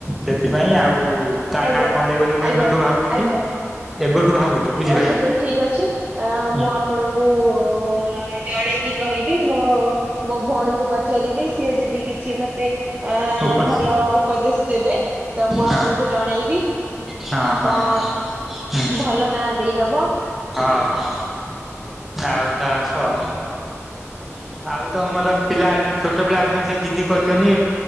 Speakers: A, in the centre; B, on the right.
A: ସେଥିପାଇଁ ଆଉ ତା
B: ଆଜ୍ଞା
A: ନାଁ କଣ ଦେବି ବୋଲି ମୁଁ
B: ଆଜ୍ଞା
A: ଏବେଠୁ ଭାବୁଛି।
B: ଆଜ୍ଞା
A: ଏବେଠୁ ଭାବୁ ଚି ବୁଝିପାଇଲେ?
B: ହଉ ଠିକ ଠିକ ଅଛି ଅ,
A: ହଁ
B: ମୁଁ ଆପଣଙ୍କୁ ଅ, <unintelligible> ଜଣେଇକି କହିବି। ହଁ ମୋ ଭଉଣୀଙ୍କୁ ପଚାରିବି ସିଏ ଯଦି କିଛି ମୋତେ ଅ,
A: ଉପର
B: ଭଲ ଉପଦେଶ ଦେବେ। ତ ମୁଁ
A: ହଁ
B: ଆପଣଙ୍କୁ ଜଣେଇବି।
A: ହଁ, ହଁ।
B: କଣ
A: ହୁଁ
B: ଭଲ ନାଁ ଦେଇହବ।
A: ହଁ, ହଁ। ଆଉ ତା ସଅ ହୁଁ, ଆଉ ତ ମୋର ପିଲା ଏ ଯେ ଛୋଟ ପିଲା ଅଛନ୍ତି ସେ ଜିଦି କରଚନ୍ତି।